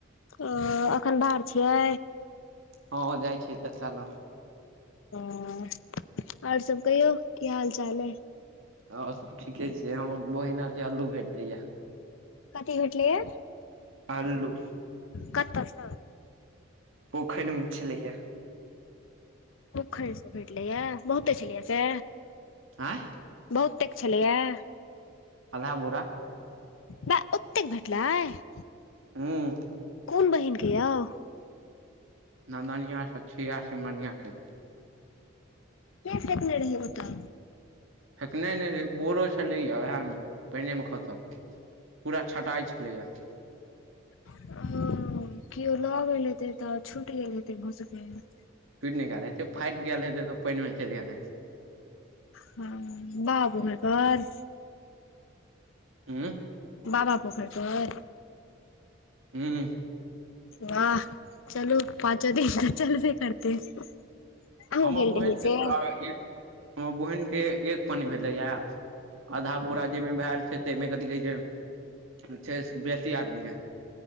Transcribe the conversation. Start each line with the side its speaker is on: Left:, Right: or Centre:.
Left: ओऽ अखन बाहर छियै?
Right: हँ जाइ छियै तऽ चालऽ
Left: हॅं और सब कहियौ की हाल चाल अइ?
Right: और स ठीके छै हमर बहिन आर के अल्लू भेटलैये।
Left: कथी भेटलैये
Right: अल्लू
Left: कत्तऽ सॅं?
Right: पोखरि मे छलैये।
Left: पोखरि से भेटलै ये बहुते छलैय से?
Right: आँय
Left: बहुत तेक छलैयेए।
Right: आधा बोरा।
Left: बा ओत्तेक भेटलैह।
Right: हूॅं।
Left: कोन बहिन के यौह?
Right: नंदनिया, सखिया, सीमनिया के।
Left: के फेकने रहै ओतऽ?
Right: फेकने नै रहै बोरो छलैये उहेए म पाइने मे खसल। पूरा छटाइ छलैये।
Left: हॅअ कियो लऽ गेल हेतै तऽ छूट गेल हेतै भऽ सकैये।
Right: छुटि नै गेएल हेतै फाटि गेएल हेतै तऽ पानिमे चलि गेएल हेतै।
Left: हॅं बाबा पोखरि पर?
Right: उं
Left: बाबा पोखरि पर।
Right: हूॅं।
Left: वाह चलू पाँचो दिन त चलभे करतै। अहूँ
Right: हमर
Left: गेल
Right: बहिन
Left: रहियै से
Right: के त एक -हमर ब हीन के एक पन्नी भेलैया। अदहा बोरा जै मे भेएल छै तै मे कथी कहै छै छैस बेसी आदमी के।